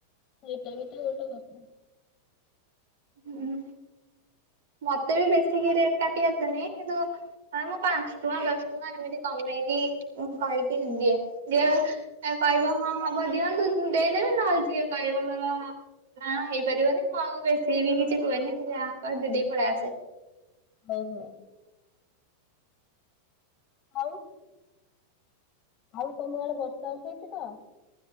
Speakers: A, on the left; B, on the right.
A: ସେଇଟା ବି ତ ଗୋଟେ କଥା।
B: ହୁଁ। ମତେ ବି ବେଶୀକି ରେଟ କାଟି ଆସେନି କିନ୍ତୁ ମୁଁ ପାଞ୍ଚ ଟଙ୍କା ଦଶ ଟଙ୍କା ଏମିତି କମେଇ ମେଇକି କହିିକି ଦିଏ ବେଳେବେଳେ ଆ କହିବ ହଁ ହବ ଦିଅନ୍ତୁ ଦେଇଦେବି ନହେଲେ ଯିଏ କହିବ ତମ କଁ ହେଇପାରିବନି ମୁଁ ଆଉ ବେଶୀ ବି କିଛି କୁହେନି, ଯାହା କହ ଦିଦି ପଲାଇଆସେ।
A: ହଉ ହଉ। ହଉ। ଆଉ ତମ ଆଡେ ବର୍ଷା ଉଠେଇଚି ତ?